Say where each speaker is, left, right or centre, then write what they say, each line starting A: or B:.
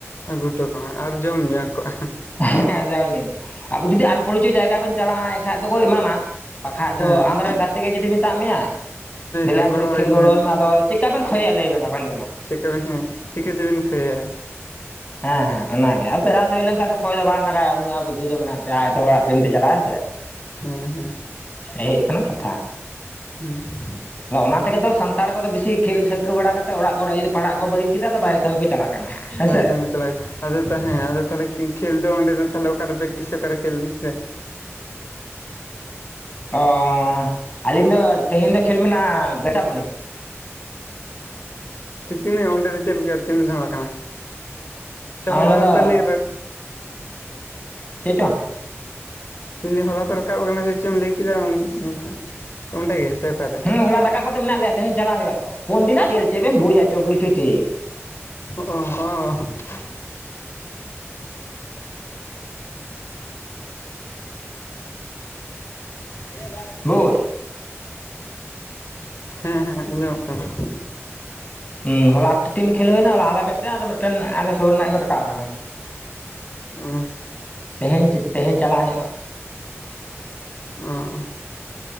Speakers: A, on the left (about 55°); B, on the left (about 30°).
A: ᱟᱹᱜᱩ ᱦᱚᱴᱚ ᱠᱟᱜ ᱟᱨ ᱡᱚᱢᱧ ᱠᱚᱜᱼᱟ᱾
B: ᱦᱮᱸ <unintelligible> ᱡᱩᱫᱤ ᱟᱱ ᱯᱚᱨᱤᱪᱚᱭᱚ ᱡᱟᱭᱜᱟ ᱵᱚᱱ ᱪᱟᱞᱟᱜᱼᱟ ᱮᱱᱠᱷᱟᱡ ᱫᱚᱠᱚ ᱮᱢᱟᱢᱟ᱾ ᱵᱟᱠᱷᱟᱡ
A: ᱦᱮᱸ
B: ᱫᱚ ᱟᱢᱨᱮᱱ ᱜᱟᱛᱮ ᱜᱮ ᱡᱩᱫᱤ ᱢᱮᱛᱟᱜ ᱢᱮᱭᱟᱭ, ᱫᱮᱞᱟ
A: ᱡᱮ
B: ᱠᱟᱴᱤᱡ
A: ᱜᱚᱲᱚᱣᱟᱹᱧ
B: ᱠᱷᱮᱞ ᱜᱚᱲᱚ ᱟ ᱹᱧ ᱢᱮ ᱟᱫᱚ ᱪᱤᱠᱟ ᱵᱮᱱ ᱠᱷᱚᱡᱭᱟ ᱞᱟᱹᱭ ᱵᱮᱱ ᱟᱵᱮᱱ ᱜᱮ ᱢᱟ᱾
A: ᱪᱮᱫᱠᱟᱵᱮᱱ ᱦᱮᱸ ᱪᱤᱠᱟᱹᱛᱮᱵᱮᱱ ᱠᱷᱟᱹᱭᱟ᱾
B: ᱦᱮᱸ ᱦᱮᱸ ᱚᱱᱟᱜᱮ ᱟᱨ ᱯᱮᱨᱟᱡ ᱦᱳᱭ ᱞᱮᱱᱠᱷᱟᱱᱡ ᱫᱚ, ᱚ ᱠᱷᱚᱭ ᱫᱚ ᱵᱟᱝ ᱞᱟᱜᱟᱭ ᱩ ᱩᱱᱤᱭᱟᱜ ᱵᱩᱫᱽᱫᱷᱤ ᱫᱚ ᱢᱮᱱᱟᱜ ᱛᱟᱭ ᱮᱛᱳ ᱦᱚᱲᱟᱜ ᱛᱮ ᱪᱟᱞᱟᱜ ᱦᱮᱸ ᱥᱮ
A: ᱦᱮᱸ ᱦᱮᱸ
B: ᱮᱭ ᱦᱩᱭᱩᱜ ᱠᱟᱱᱟ ᱠᱟᱛᱷᱟ᱾
A: ᱦᱮᱸ
B: ᱟᱫᱚ ᱚᱱᱟ ᱛᱮᱜᱮ ᱛᱚ ᱥᱟᱱᱛᱟᱲ ᱠᱚᱫᱚ ᱵᱤᱥᱤ ᱠᱷᱮᱞᱟᱹᱠᱟᱹ ᱵᱟᱲᱟ ᱠᱟᱛᱮ ᱚᱲᱟᱜ ᱠᱚᱨᱮ ᱡᱩᱫᱤ ᱯᱟᱲᱟᱜ ᱠᱚ ᱵᱟᱹᱜᱤ ᱠᱮᱫᱟ ᱟ ᱵᱟᱭᱨᱮ ᱠᱟᱹᱢᱤ ᱠᱚ ᱪᱟᱞᱟᱜ ᱠᱟᱱᱟ᱾ ᱦᱮᱸᱥᱮ
A: ᱵᱟᱦᱨᱮ ᱠᱟᱹᱢᱤ ᱠᱚ ᱪᱟᱞᱟᱜ ᱟᱫᱚ ᱛᱟᱦᱮᱸ ᱮᱸ ᱟᱫᱚ ᱛᱟᱦᱚᱞᱮ ᱠᱷᱮᱞ ᱫᱚ ᱚᱸᱰᱮ ᱫᱚ ᱛᱟᱦᱞᱮ ᱚᱠᱟᱨᱮ ᱯᱮᱠᱴᱤᱥᱚᱜ ᱚᱠᱟᱨᱮ ᱠᱷᱮᱞ ᱱᱤᱥ ᱫᱚ᱾
B: ᱚ ᱟᱹᱞᱤᱧ ᱫᱚ ᱛᱮᱦᱮᱧ ᱫᱚ ᱠᱷᱮᱞ ᱢᱮᱱᱟᱜᱼᱟ ᱵᱮᱪᱟᱵᱚᱱᱤ᱾
A: ᱚ ᱛᱤᱱᱟᱹᱜ ᱚᱸᱰᱮ ᱫᱚ ᱪᱮᱫᱞᱮᱠᱟ ᱛᱤᱱᱟᱹᱜ ᱫᱷᱟᱣᱟ ᱠᱟᱱᱟ᱾ ᱥᱮ ᱦᱚᱞᱟ
B: ᱚᱱᱟ ᱫᱚ
A: ᱯᱚᱞᱤ
B: ᱪᱮ ᱪᱚᱝ
A: <unintelligible> ᱦᱚᱞᱟ ᱯᱮ ᱨᱟᱠᱟᱵ ᱟᱠᱟᱱᱟ ᱥᱮ ᱪᱮᱫ ᱮᱢ ᱞᱟᱹᱭ ᱠᱮᱫᱟ ᱚᱱᱠᱟ ᱚᱸᱰᱮ ᱜᱮ ᱥᱮ ᱚᱠᱟᱨᱮ,
B: ᱦᱮᱸ ᱦᱚᱞᱟ ᱨᱟᱠᱟᱵ ᱠᱟᱛᱮ ᱢᱮᱱᱟᱜ ᱞᱮᱭᱟ ᱛᱮᱦᱮᱧ ᱪᱟᱞᱟᱜ ᱦᱩᱭᱩᱜᱼᱟ ᱛᱚ ᱯᱩᱱ ᱫᱤᱱᱟᱜ ᱠᱦᱮᱞ ᱪᱮᱫᱮᱢ ᱵᱩᱡᱟ ᱪᱚᱵᱤᱥ ᱴᱤ ᱴᱤᱢ ᱾
A: ᱚᱸᱜ ᱚᱸ ᱚᱻ <unintelligible> ᱦᱮᱸ
B: ᱵᱩᱡ
A: ᱦᱮᱸ ᱦᱮᱸ ᱟᱸᱡᱚᱢᱚᱜ ᱠᱟᱱᱟ᱾
B: ᱦᱩᱸ ᱦᱚᱞᱟ ᱟᱴ ᱴᱤ ᱴᱤᱢ ᱠᱷᱮᱞ ᱦᱩᱭᱱᱟ ᱟᱞᱮ ᱢᱤᱫᱴᱟᱹᱝ ᱟᱨ ᱢᱤᱫᱴᱟᱹᱝ ᱟᱞᱮ ᱥᱳᱨ ᱨᱮᱱᱟᱜ ᱜᱮᱠᱚ ᱨᱟᱠᱟᱵ ᱠᱟᱱᱟ᱾
A: ᱩᱸ
B: ᱛᱮᱦᱮᱧ ᱛᱮᱦᱮᱧ ᱪᱟᱞᱟᱜ ᱦᱩᱭᱩᱜᱼᱟ
A: ᱩᱸ